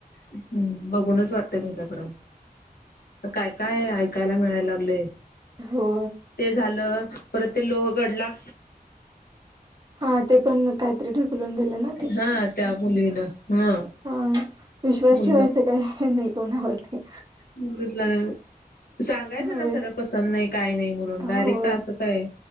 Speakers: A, on the left; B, on the right.
A: हम्म बघूनच वाटतय माझ्याकड काय काय ऐकायला मिळायला लागलेय
B: हो
A: ते झालं परत ते लोहगडला
B: हा ते पण काहीतरी ढकलवून दिलं ना
A: हा त्या बली ना हा
B: ह विश्वास
A: मुलगा
B: ठेवायचा काही नाही कोणावरती
A: कुठलं सांगायचं
B: होय
A: ना सर पसंत नाही काय नाही म्हणून
B: हो
A: डायरेक्ट असं काय